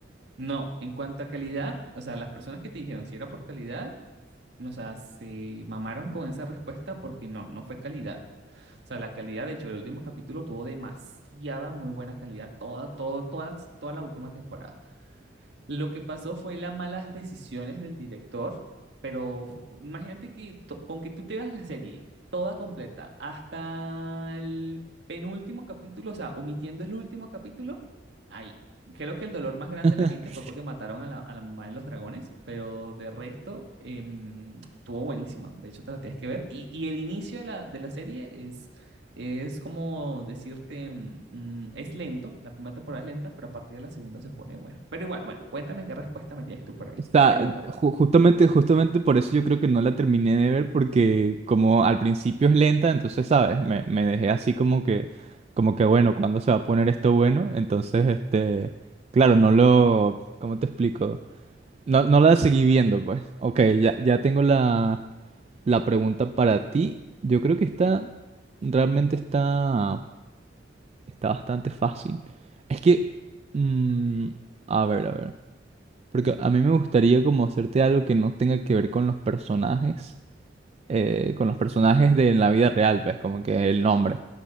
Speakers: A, on the right; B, on the right.
A: No, en cuanto a calidad, o sea, las personas que te dijeron si era por calidad, o sea, se mamaron con esa respuesta porque no, no fue calidad. O sea, la calidad, de hecho, el último capítulo tuvo demasiada muy buena calidad, toda, todo, toda, toda la última temporada. Lo que pasó fue las malas decisiones del director, pero fu- imagínate que to- con que tú te veas la serie toda completa hasta el penúltimo capítulo, o sea, omitiendo el último capítulo, ahí. Creo que el dolor más grande
B: <laughs>
A: de la gente fue porque mataron a la, a la mamá de los dragones, pero de resto em, estuvo buenísima. De hecho, te la tienes que ver. Y, y el inicio de la, de la serie es como decirte, mm, mm, es lento, la primera temporada es lenta, pero a partir de la segunda se pone bueno. Pero igual, bueno, cuéntame qué respuesta me tienes tú por ahí.
B: O sea,
A: Pregunta, perdón.
B: ju- justamente, justamente por eso yo creo que no la terminé de ver, porque como al principio es lenta, entonces, ¿sabes? Me, me dejé así como que, como que, bueno, ¿cuándo se va a poner esto bueno? Entonces, este, claro, no lo, ¿cómo te explico? No, no la seguí viendo, pues. Ok, ya, ya tengo la, La pregunta para ti, yo creo que está, realmente está, está bastante fácil. Es que, mm, a ver, a ver, porque a mí me gustaría como hacerte algo que no tenga que ver con los personajes, eh, con los personajes de la vida real, pues, como que el nombre,